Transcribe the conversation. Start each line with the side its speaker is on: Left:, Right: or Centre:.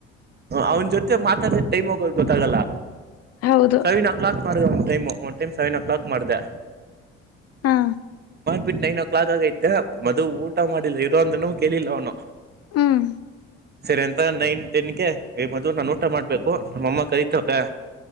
Right: ಅವ್ನ ಜೊತೆ ಮಾತಾಡಿದ್ರ ಟೈಮ್ ಹೋಗೋದು ಗೊತ್ತಾಗಲ್ಲ
Left: ಹೌದು
Right: ಸೆವೆನ್ ಕ್ಲಾಕ್ ಮಾರ್ಗ ಅವನ್ ಟೈಮ್ ಒಂದ ಟೈಮ್ ಸೆವೆನ್ ಕ್ಲಾಕ್ ಮಾಡಿದೆ
Left: ಹಾ
Right: ಬಿಟ್ಟ ನೈನ್ ಓ ಕ್ಲಾಕಾಗಿತ್ತ ಮದು ಊಟ ಮಾಡಿಲ್ಲ ಇರೋ ಅಂದ್ರುನು ಕೇಳಿಲ್ಲ ಅವನು.
Left: ಹ್ಮ್
Right: ಸರಿ ಅಂತ ನೈನ್ ಟೆನ್ಗೆ ಮದು ನಾನ ಊಟ ಮಾಡ್ಬೇಕು ನಮ್ಮಮ್ಮ ಕರಿತವಳೇ.